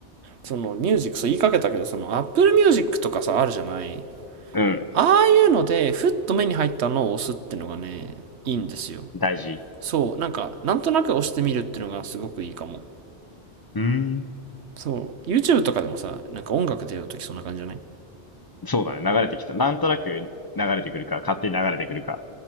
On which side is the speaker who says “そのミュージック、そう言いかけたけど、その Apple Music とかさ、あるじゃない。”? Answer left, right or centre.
Right